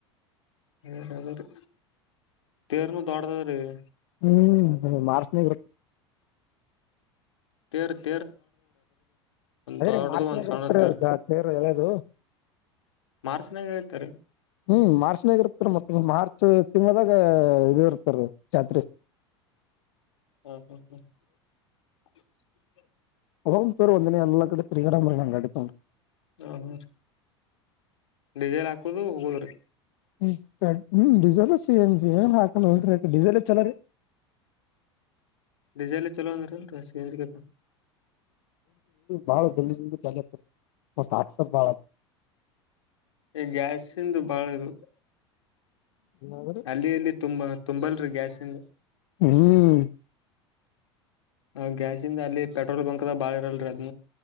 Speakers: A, on the left; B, on the left.
A: ಹ್ಮ್ ಆಧೇರಿ ತೇರುಣು ದಾಟ್ಟುಧಾರಿ. <inaudible>
B: ಹ್ಮ್ ಹ್ಮ ಮಾಡಿಸಲೇಬೇಕು.. <inaudible>
A: <unintelligible> ತೇರು <inaudible>
B: ಅದೇ
A: ದೊಡ್ಡದು
B: ಮಾರ್ಚ್ನಾಗ
A: ಒಂದ್ ಸಣ್ಣ
B: ಇರುತ್ತರಿವ
A: ತೇರ್
B: ಎದು
A: ಮಾರ್ಚ್ನಾಗ ಐತರಿ
B: ಹ್ಮ್ ಮಾರ್ಚ್ನಾಗ ಇರುತ್ತರಿ ಮತ್ತ ಮಾರ್ಚ್ ತಿಮ್ಮದಾಗ ಈ ಇರ್ತಾರ ಜಾತ್ರಿ
A: ಹ್ಮ ಹ್ಮ ಹ್ಮ <unintelligible>
B: ಅವ ತೇರು ಒಂದನ ಎಲ್ಲ ಕಡೆ ತಿಗಡ ಅಡತ
A: ಹ್ಮ ಹ್ಮ ಡಿಸೇಲ್ ಹಾಕೋದು ಹೋಗೋದ್ರಿ
B: ಹ್ಮ ಡೀಸೆಲ್ ಸಿ <unintelligible> ನ್ ಏನ್ ಹಾಕ ಹೋದ್ರಿ ಡೀಸೆಲ್ಲ ರರಿ <unintelligible>
A: ವಿಜ ಚಲೋಕೇಂದ
B: ಬಾಳ ಬೆಲ್ಲಿ ಕೆ <unintelligible> <unintelligible> ಕ್ಸರ್ ಬಳ
A: ಈ ಗ್ಯಾಸ್ ಇಂದು ಬಾಳದು
B: ಏನಾದ್ರಿ
A: ಅಲ್ಲಿ ಅಲ್ಲಿ ತುಂಬಾ ತುಂಬಲ್ ರೀ ಗ್ಯಾಸಿನ
B: ಹ್ಮ್
A: ಹ ಗ್ಯಾಾಸಂದ ಅಲ್ಲಿ ಪೆಟ್ರೋಲ್ ಬಂಕ್ ದ ಬಾಳ ಇರಲ್ರಿ ಅದ್